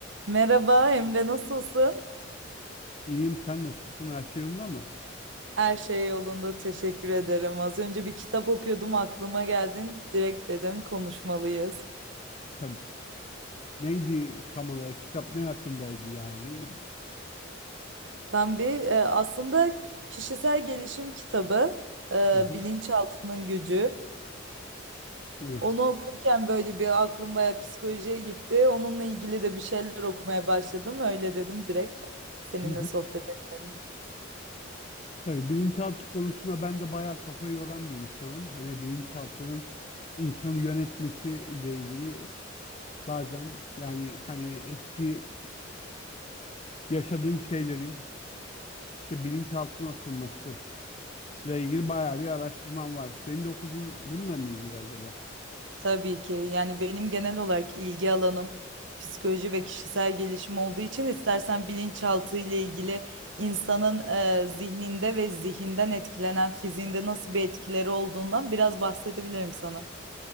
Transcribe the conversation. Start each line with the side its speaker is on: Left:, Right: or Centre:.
Right: Merhaba Emre, nasılsın?
Left: İyiyim, sen nasılsın? Her şey yolunda mı?
Right: Her şey yolunda, teşekkür ederim. Az önce bir kitap okuyordum, aklıma geldin. Direkt dedim konuşmalıyız.
Left: Tabii. Neydi tam olarak? Kitap ne hakkındaydı yani?
Right: Tam bir e, aslında kişisel gelişim kitabı, e,
Left: Hı hı,
Right: Bilinçaltının Gücü.
Left: Evet.
Right: Onu okurken böyle bir aklım bayağı psikolojiye gitti. Onunla ilgili de bir şeyler okumaya başladım. Öyle dedim direkt seninle
Left: Hı hı.
Right: sohbet edelim.
Left: Tabii bilinçaltı konusuna ben de bayağı kafa yoran bir insanım. Hani bilinçaltının insanı yönetmesiyle ilgili bazen yani hani eski yaşadığın şeylerin işte bilinçaltına atılmasıyla ilgili bayağı bir araştırmam var. Senin de okuduğun bununla mı ilgili acaba?
Right: Tabii ki. Yani benim genel olarak ilgi alanım psikoloji ve kişisel gelişim olduğu için istersen bilinçaltı ile ilgili insanın e, zihninde ve zihinden etkilenen fiziğinde nasıl bir etkileri olduğundan biraz bahsedebilirim sana.